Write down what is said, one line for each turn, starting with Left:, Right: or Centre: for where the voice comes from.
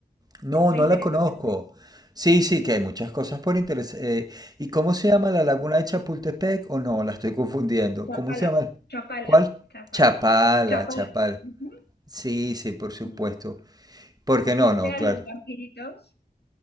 Right: No,
Left: está
Right: no
Left: interesante,
Right: la conozco.
Left: pues.
Right: Sí, sí, que hay muchas cosas por interés. eh, ¿y cómo se llama la laguna de Chapultepec? ¿O no? La estoy <laughs> confundiendo.
Left: Chapala,
Right: ¿Cómo se llama?
Left: Chapala,
Right: ¿Cuál?
Left: Chapala,
Right: Chapala,
Left: Chapala.
Right: Chapal.
Left: Ujú.
Right: Sí, sí, por supuesto.
Left: Y
Right: Porque
Left: ¿No
Right: no,
Left: fuiste
Right: no,
Left: a
Right: claro.
Left: los vampiritos?